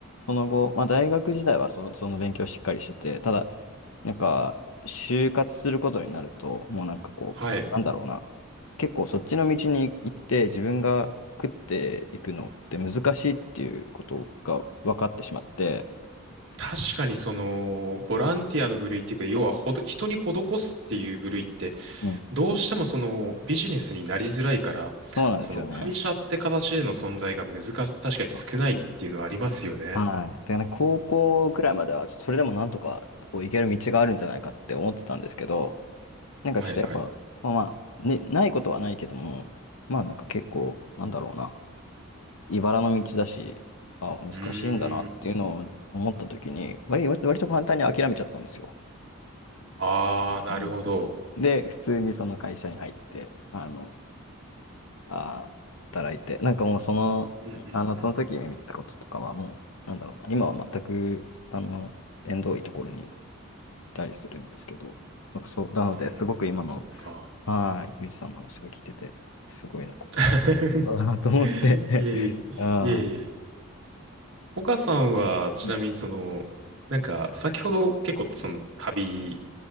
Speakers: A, on the left; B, on the right.
A: その後、まあ、大学時代はそ、その勉強をしっかりしてて、ただなんか、就活することになると、もうなんかこう、
B: はい。
A: なんだろうな。結構そっちの道に行って自分が食っていくのって難しいっていうことが分かってしまって、
B: 確かにその、ボランティアの部類っていうか、要はほど、人に施すっていう部類って、
A: うん
B: どうしてもそのビジネスになりづらいから、
A: そうなんですよね。
B: その会社って形での存在が難し、確かに少ないっていうのはありますよね。
A: そうそうそう。はい。で、ね、高校くらいまでは、ちょっとそれでもなんとかこう行ける道があるんじゃないかって思ってたんですけど、なんかちょっとやっぱ、
B: はいはい。
A: まあまあ、ね、ないことはないけども、まあなんか結構、なんだろうな。茨の道だし、あ、難しいんだなっていうのを思った時に、
B: うーん。
A: 割、割割と簡単に諦めちゃったんですよ。
B: ああ、なるほど。
A: うんで、普通にその会社に入って、あの、あー、働いて、なんかもうその、
B: うんうんうん。
A: あの、その時夢見てたこととかはもう、なんだろうな、今は全く、あの、縁遠いところにいたりするんですけど、なんかそう、なので、
B: うん。
A: すごく今の、
B: そっか。
A: はい、ゆうじさんの話が聞いてて、すごいな、心に。
B: <laughs>
A: <laughs> だなと思って、
B: いえいえ、
A: <laughs> ああ、
B: いえいえ。岡さんは、ちなみにその、
A: うん、
B: なんか、先ほど結構その旅